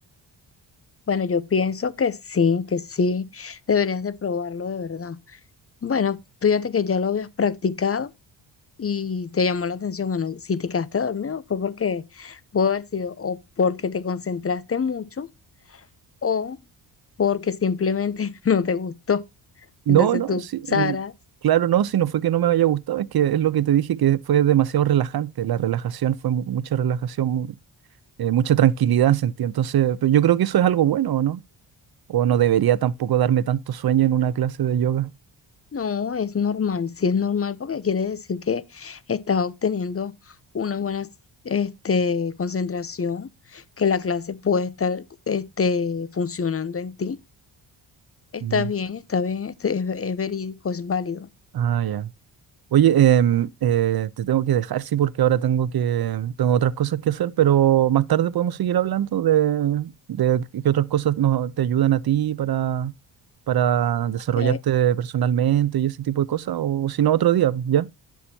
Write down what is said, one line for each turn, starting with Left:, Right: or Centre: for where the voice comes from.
Left: Bueno, yo pienso que sí, que sí, deberías de probarlo de verdad. Bueno, fíjate que ya lo habías practicado. y te llamó la atención, bueno, si te quedaste dormido fue porque pudo haber sido o porque te concentraste mucho o porque simplemente <laughs> no te gustó.
Right: No,
Left: Entonces
Right: no,
Left: tú
Right: sí,
Left: sabrás,
Right: mm, claro, no, si no fue que no me haya gustado, es que es lo que te dije, que fue demasiado relajante, la relajación fue mu- mucha relajación, mu- eh, mucha tranquilidad sentí, entonces pero yo creo que eso es algo bueno, ¿o no? O no debería tampoco darme tanto sueño en una clase de yoga.
Left: no, es normal, sí es normal porque quiere decir que estás obteniendo una buena este, concentración, que la clase puede estar este, funcionando en ti. Está
Right: Mm.
Left: bien, está bien, este, es, es verídico, es válido.
Right: Ah, ya. Oye, em, eh, te tengo que dejar, sí, porque ahora tengo que, tengo otras cosas que hacer, pero más tarde podemos seguir hablando de, de qué otras cosas nos, te ayudan a ti para, para desarrollarte
Left: Ok.
Right: personalmente y ese tipo de cosas, o si no, otro día, ¿ya?